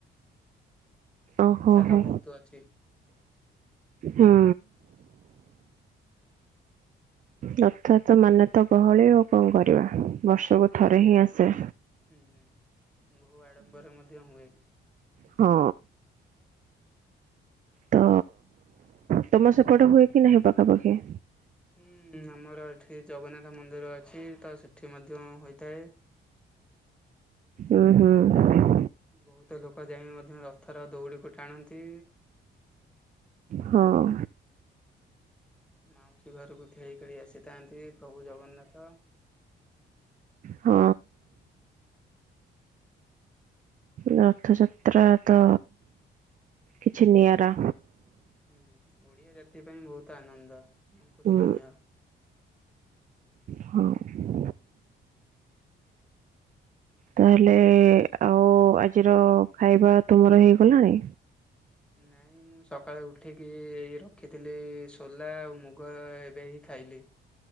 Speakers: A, in the centre; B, on the right.
A: <inaudible>
B: ଓହୋ ହୋ,
A: ବହୁତ ଅଛି
B: ହଁ। ରଥଯାତ୍ରା ମାନେ ତ ଗହଳି ଆଉ କଣ କରିବା? ବର୍ଷକୁ ଥରେ ହିଁ ଆସେ।
A: ହୁଁ, ହୁଁ, ବହୁ ଆଡ଼ମ୍ବରେ ମଧ୍ୟ ହୁଏ।
B: ହଁ। ତ ତୋମ ସେପଟେ ହୁଏ କି ନାହିଁ ପାଖାପାଖି?
A: ହୁଁ, ଆମର ଏଠି ଜଗନ୍ନାଥ ମନ୍ଦିର ଅଛି ତ ସେଠି ମଧ୍ୟ ହୋଇଥାଏ।
B: ଅଁ, ହଁ।
A: ବହୁତ ଲୋକ ଯାଇ ମଧ୍ୟ ରଥର ଦୌଡ଼ିକୁ ଟାଣନ୍ତି।
B: ହଁ।
A: ମାଉସୀ ଘରକୁ ଖେଳି ଖେଳି ଆସିଥାନ୍ତି ପ୍ରଭୁ ଜଗନ୍ନାଥ।
B: ହଁ। ରଥଯାତ୍ରା ତ କିଛି ନିଆରା।
A: ହୁଁ, ଓଡ଼ିଆ ଜାତି ପାଇଁ ବହୁତ ଆନନ୍ଦ ଏବଂ
B: ହୁଁ
A: ଖୁସିମୟ।
B: ହଁ। ତାହେଲେ ଆଉ ଆଜିର ଖାଇବା ତୁମର ହେଇଗଲାଣି?
A: ନାଇଁ ମୁଁ ସକାଳେ ଉଠିକି ଏଇ ରଖିଥିଲି ସୋଲା ଆଉ ମୁଗ ଏବେ ହି ଖାଇଲି।